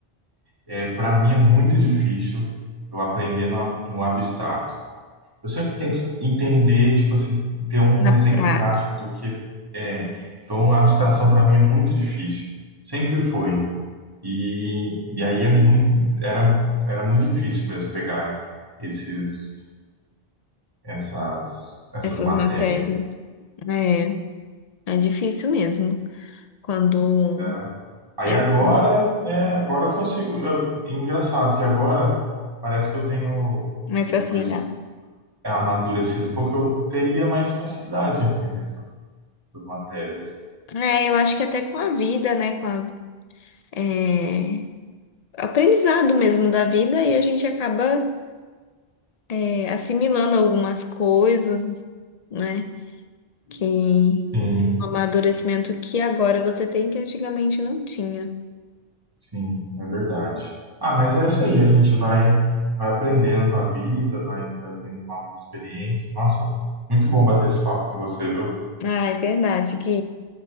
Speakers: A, on the right; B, on the left.
A: é, para mim é muito difícil eu aprender no, no abstrato. Eu sempre tenho que entender, tipo assim, ter um
B: na
A: exemplo
B: prática
A: prático do que é. Então, a abstração para mim é muito difícil. Sempre foi. E, e aí é muito, era, era muito difícil mesmo pegar esses, essas, essas
B: essas
A: matérias.
B: matérias. É, é difícil mesmo quando
A: Era, aí
B: é
A: agora,
B: assim,
A: né, agora eu consigo. eu- é engraçado que agora parece que eu tenho,
B: mais
A: depois
B: facilidade.
A: é, amadurecido um pouco, eu teria mais facilidade em aprender essas, essas matérias.
B: É, eu acho que até com a vida, né, com a, é, aprendizado mesmo da vida e a gente acaba é, assimilando algumas coisas, né, que
A: Sim,
B: um amadurecimento que agora você tem que antigamente não tinha.
A: Sim, é verdade. Ah, mas é isso aí, a gente vai, vai aprendendo com a vida, vai, vai tendo novas experiências. Nossa, muito bom bater esse papo com você, viu?
B: Ah, é verdade que